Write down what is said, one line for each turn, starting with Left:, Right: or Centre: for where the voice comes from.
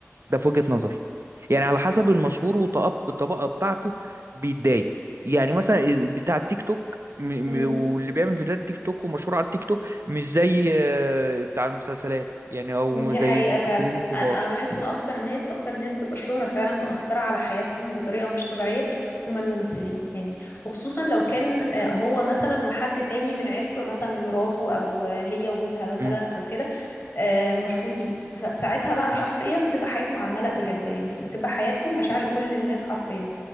Right: ده في وجهة نظري يعني على حسب المشهور والطبقة بتاعته بيتضايق يعني مثلا بتاع التيك توك م-
Left: امم
Right: م- واللي بيعمل فيديوهات تيك توك ومشهور على التيك توك مش زي آه، بتاع المسلسلات يعني او
Left: دي
Right: زي
Left: حقيقة
Right: الممثلين
Left: فعلا
Right: الكبار
Left: أنا أنا بحس إن أكتر ناس أكتر ناس تبقى الشهرة فعلا مؤثرة على حياتهم بطريقة مش طبيعية هما الممثلين يعني وخصوصا لو كان آه، هو مثلا وحد تاني من عيلته مثلا مراته أو آه، هي وجوزها مثلا
Right: مم.
Left: أو كده آه، مشهورين فساعتها بقى حرفيا
Right: مم.
Left: بتبقى حياتهم على الملأ بجد يعني بتبقى حياتهم مشاعر لكل الناس حرفيا